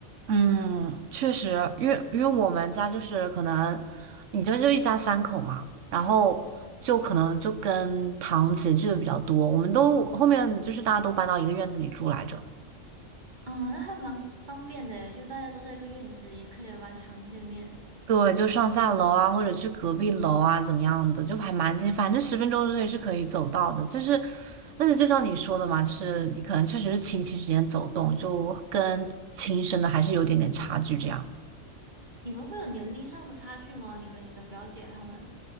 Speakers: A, on the right (about 65°); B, on the right (about 35°).
A: 嗯，确实，因为因为我们家就是可能，你这就一家三口嘛，然后就可能就跟堂姐聚的比较多。我们都后面就是大家都搬到一个院子里住来着。
B: 嗯，那还蛮方便的，就大家都在一个院子，也可以蛮常见面。
A: 对，就上下楼啊，或者去隔壁楼啊，怎么样的，就还蛮近，反正十分钟之内是可以走到的。就是，但是就像你说的嘛，就是你可能确实是亲戚之间走动，就跟亲生的还是有点点差距这样。
B: 你们会有年龄上的差距吗？你跟你的表姐她们？